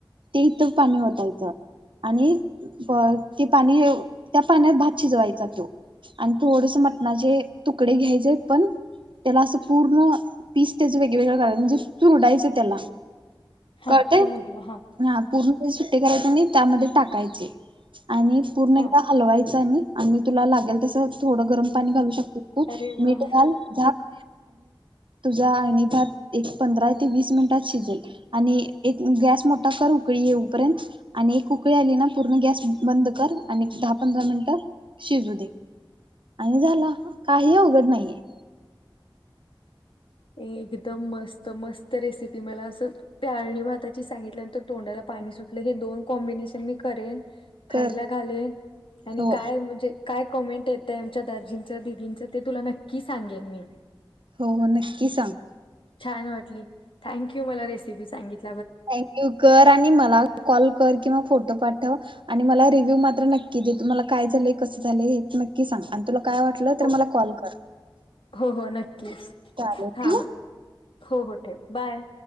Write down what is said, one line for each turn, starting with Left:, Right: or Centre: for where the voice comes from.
Right: ते इथंच पाणी ओतायचं आणि ते पाणी, त्या पाण्यात भात शिजवायचा त्यो आणि थोडसं म टणाचे तुकडे घ्यायचे पण त्याला असं पूर्ण पीस त्याचे वेगळेवेगळं काढून म्हणजे चुरडायचं त्याला.
Left: हा
Right: कळतंय?
Left: समजलं
Right: हा पूर्ण पण सुट्टे करायचं नई. त्यामध्ये टाकायचे. आणि पूर्ण
Left: हा
Right: एकदा हलवायचं आणि, आणि तुला लागेल तसं थोडं गरम पाणी घालू शकते तू.
Left: अरे वा
Right: मीठ घाल झाक. तुझा अळणी भात एक पंधरा ते वीस मिनिटात शिजेल आणि गॅस मोठा कर, उकळी येवू पर्यंत. आणि एक उकळी आली ना पूर्ण गॅस बंद कर आणि एक दहा पंधरा मिनिटात शिजू दे. आणि झाला. काही अवघड नाहीये.
Left: एकदम मस्त मस्त रेसिपी मला असं, त्या अळणी भातात तू सांगितल्यानंतर तोंडाला पाणी सुटलं. हे दोन कॉम्बीनेशन मी करेन.
Right: कर
Left: खायला घालेन आणि
Right: हो
Left: काय म्हणजे काय कॉमेंट येतंय आमच्या दाजींचं दिदींचं ते तुला नक्की सांगेन मी.
Right: हो हो, नक्की सांग.
Left: छान वाटली. थँक्यू मला रेसिपी सांगितली.
Right: थँक यू कर आणि मला कॉल कर किंवा फोटो पाठव. आणि मला रिव्हू मात्र नक्की दे, मला काय झालंय कसं झाले हे नक्की सांग आणि तुला काय वाटलं तर
Left: हो
Right: मला कॉल कर.
Left: हो हो नक्कीच
Right: चालेल
Left: हां
Right: ठेवू?
Left: हां हो हो ठेव. बाय